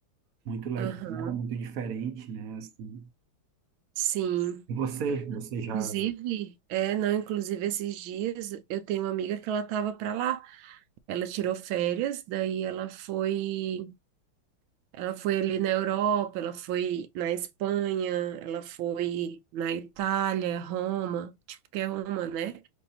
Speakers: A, on the right (about 55°); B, on the right (about 75°).
A: muito legal,
B: Aham.
A: muito diferente, né? Assim.
B: Sim.
A: E você, você já,
B: Inclusive, é, não, inclusive esses dias eu tenho uma amiga que ela estava para lá. Ela tirou férias, daí ela foi, ela foi ali na Europa, ela foi na Espanha, ela foi na Itália, Roma, tipo que é Roma, né?